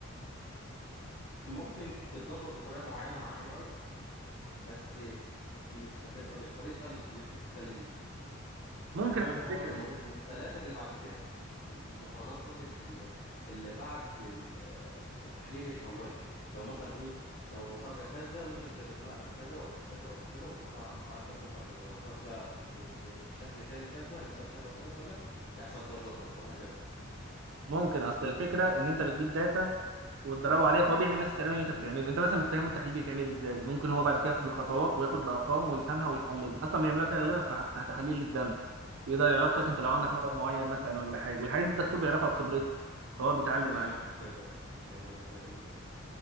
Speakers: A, on the left; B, on the right.
A: فممكن تتظبط بطريقه معينه مع الاي اي بس م- مش هتبقى بالطريقه اللي انت بتتكلم بيها
B: ممكن
A: يعني ممكن
B: على
A: هو
B: فكره
A: ياخد المدخلات اللي بعد كده يعني ال- المخرجات قصدي ال- ال- اللي بعد ال- التحليل الاولي لو مثلا ايه لو خارجه كذا ممكن تضيف لها قد كذا وقد كذا وقد كذا وتدخلها على مفعل كذا ومفعل كذا لو خارجه ب- ب- بشكل تاني كذا يعني نسب كذا وكذا وكذا يحصل كذا وكذا وهكذا
B: ممكن اصل الفكره ان انت بتجيب داتا وتدربه عليها فهو
A: امم
B: بيعمل نفس التمرين اللي انت بتعمله انت مثلا بتفهمه التحليل بيتعمل ازاي ممكن هو بعد كده ياخد الخطوات وياخد الارقام ويفهمها ويحللها اصلا بيعملوها كده غالبا في في تحاليل الدم يقدر يعرف لك انت لو عندك
A: امم
B: مرض معين مثلا ولا حاجه والحاجات دي الدكتور بيعرفها بخبرته فهو بيتعلم
A: بيعملها
B: عليها
A: ازاي بقى بيعملها ازاي قول لي كده